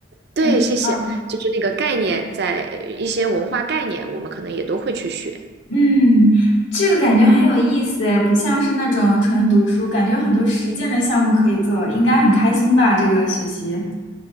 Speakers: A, on the right; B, on the left.
A: 对，
B: 概念。
A: 谢谢。
B: 嗯
A: 就是那个概念，在一些文化概念，我们可能也都会去学。
B: 嗯，这个感觉很有意思诶，不像是那种纯读书，感觉有很多实践的项目可以做，应该很开心吧？这个学习。